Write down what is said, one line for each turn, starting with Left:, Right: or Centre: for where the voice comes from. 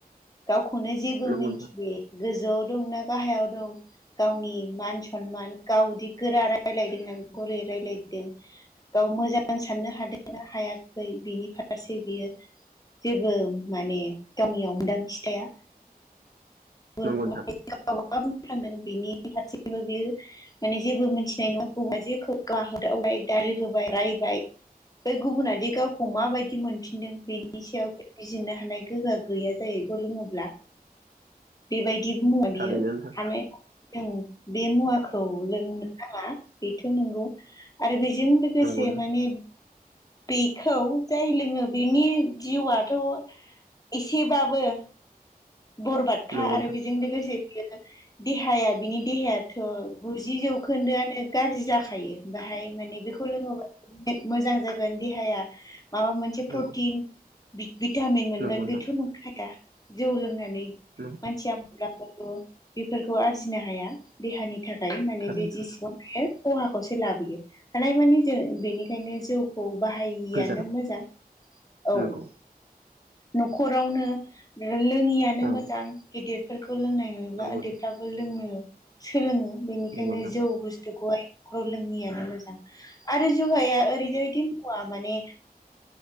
Left: गावखौनो जेबो
Right: नंगौ
Left: मिथियै गोजौआव दं ना गाहायाव दं गावनि मान-सनमान गावदि गोरा रायलायदों नों गुरै रायलायदों गाव मोजां साननो हादोंना हायाखै बिनि फारसे बियो जेबो माने गावयाव मोनदांथि थाया। गुबुनखौ
Right: नंगौ नोंथां नंगौ नोंथां नंगौ नोंथां
Left: मा बुंफ्लांगोन बिनि फारसेबो बियो माने जेबो मिथिनाय नङा गुबा जेखौ गाहोदावबाय दाारि होबाय रायबाय बे गुबुनादि गावखौ माबायदि बिदि मोनफिनदों बेनि सायाव गिरनो हानाय गोहा गैया जाहैग लोङोब्ला बेबायदि मुवा बियो
Right: थारैनो नोंथां
Left: हानाय जों बे मुवाखौ लोंनो बेथ' नंगौ आरो बेजों लोगोसे
Right: नंगौ नंगौ
Left: माने बेखौ जाय लोङो बिनि जिउआथ' एसेबाबो बरबादखा
Right: नोंथां नंगौ
Left: आरो
Right: नोंथां
Left: बेजों लोगोसे बियो देहाया बिनि देहायाथ' गुजि जौखोनदोयानो गाज्रि जाखायो बाहाय माने बेखौ लोङोबा मोजां जागोन देहाया माबा मोनसे प्रटिन
Right: नंगौ
Left: भिटामिन मोनगोन
Right: नंगौ
Left: बेथ' न खाया जौ लोंनानै
Right: नोंथां
Left: मानसिया मोनलाखौ <unintelligible> बेफोरखौ आरजिनो हाया देहानि थाखाय माने
Right: थारैनो
Left: बे जेसेबां खहाखौसो लाबोयो हानाय मानि जों बेनिखायनो जौ खौ बाहायिआानो
Right: गोजानाव
Left: मोजां औ
Right: नंगौ
Left: न'खरावनो लोङियानो
Right: औ
Left: मोजां गिदिरफोरखौ लोंनाय नुयोब्ला
Right: नंगौ
Left: उनदैफ्राबो लोङो सोलोङो बेनिखायनो
Right: नंगौ नोंथां
Left: जौ बुसथुखौहाय न'खरयाव लोङियानो मोजां आरो जुवाया ओरैनो मखवा <unintelligible> माने